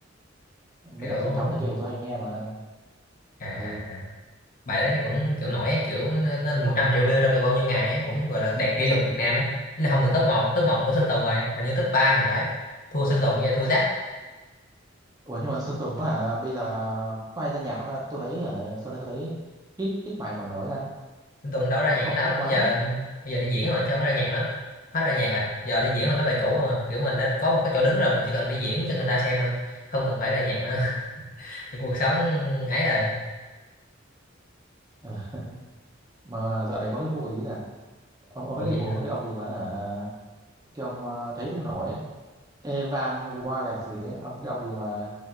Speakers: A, on the right (about 20°); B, on the left (about 45°).
A: mấy
B: kiểu
A: nhạc truyền
B: ừ,
A: thống này kia thì tôi hay nghe mà
B: à
A: Ờ,
B: à à bài đấy thấy cũng kiểu nổi ấy, kiểu lên 100 triệu view trong vòng bao nhiêu ngày ấy cũng gọi là đạt kỷ lục Việt Nam ấy Ý là không được top một top một là của Sơn Tùng rồi hình như top 3 thì phải thua Sơn Tùng với lại thua Jack
A: Ủa nhưng mà Sơn Tùng hả bây giờ có ai ra nhạc không ta tôi thấy ở sau này tôi thấy ít ít bài nổi nổi ra
B: Sơn Tùng đâu ra
A: không
B: nhạc
A: không
B: nữa đâu
A: có quá
B: bây giờ bây giờ đi diễn rồi chứ không có ra nhạc nữa hết ra nhạc rồi giờ đi diễn là mấy bài cũ rồi kiểu mình đã có một cái chỗ đứng rồi mình chỉ cần đi diễn cho người ta xem thôi không cần phải ra nhạc nữa <laughs> Cái cuộc sống ấy rồi
A: Ờ, mà dạo này có cái vụ gì nè ông ông mấy
B: vụ
A: cái
B: gì
A: vụ
B: nữa
A: mà cái ông gì mà hả cái ông ờ, thấy cũng nổi ấy. Evan Wallace gì ấy ông cái ông gì mà